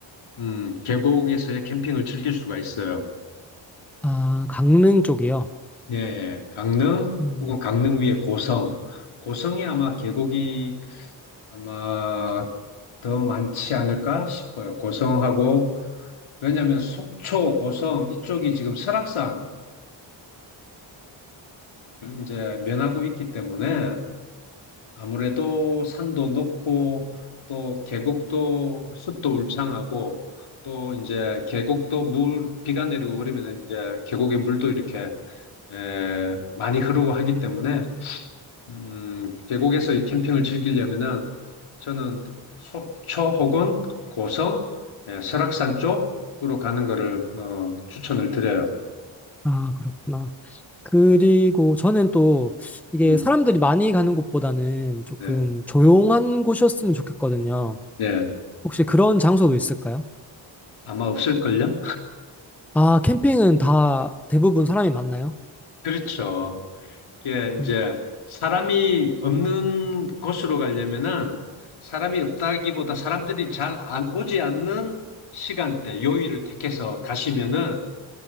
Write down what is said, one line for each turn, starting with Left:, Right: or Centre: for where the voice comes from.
Left: 음, 계곡에서의 캠핑을 즐길 수가 있어요.
Centre: 아, 강릉 쪽이요.
Left: 예, 예. 강릉
Centre: 음,
Left: 혹은 강릉 위에 고성. 고성이 아마 계곡이 아마 더 많지 않을까 싶어요. 고성하고 왜냐하면 속초, 고성 이쪽이 지금 설악산을 이제 면하고 있기 때문에 아무래도 산도 높고 또 계곡도 숲도 울창하고 또 이제 계곡도 물 비가 내리고 그러면 이제 계곡의 물도 이렇게 에, 많이 흐르고 하기 때문에 음, 계곡에서 이 캠핑을 즐기려면은 저는 속초 혹은 고성, 예, 설악산 쪽으로 가는 거를 어, 추천을 드려요.
Centre: 아, 그렇구나. 그리고 저는 또 이게
Left: 음,
Centre: 사람들이 많이 가는 곳보다는 조금
Left: 네,
Centre: 조용한 곳이었으면 좋겠거든요.
Left: 예,
Centre: 혹시 그런 장소도 있을까요?
Left: 아마 없을걸요?
Centre: 아, 캠핑은 다 대부분 사람이 많나요?
Left: 그렇죠. 이게 이제
Centre: 음,
Left: 사람이 없는 곳으로 가려면은 사람이 없다기보다 사람들이 잘 안 오지 않는 시간대, 요일을 택해서 가시면은